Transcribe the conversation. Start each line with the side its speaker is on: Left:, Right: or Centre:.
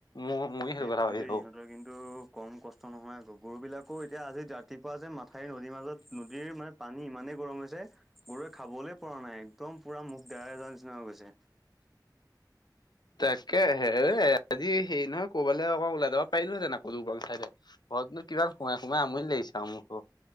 Left: মোৰ ময়ো
Centre: সেইটো
Left: কথা ভাবি
Centre: দেই
Left: থাকো
Centre: ইহঁতৰ কিন্তু কম কষ্ট নহয় আ'কগৰ গৰু বিলাক আকৌ এতিয়া আজি ৰাতিপুৱা যে মাথাাইউৰ নদীৰ মাজত নদীৰ মানে পানী ইমানেই গৰম হৈছে গৰুৱে খাবলৈ পৰা নাই একদম পুৰা মুখ দেৰা দেৰা নিচিনা হৈ গৈছে।
Left: তাকে হে আজি হেৰি নহয় কবালে অকৌ ওলাই যাব পাৰিলোহেতেন আকৌ দুগং চাইদে। ঘৰতনো কিমান সোমাই সোমাই আমনি লাগিছ আৰু মো ভাগ।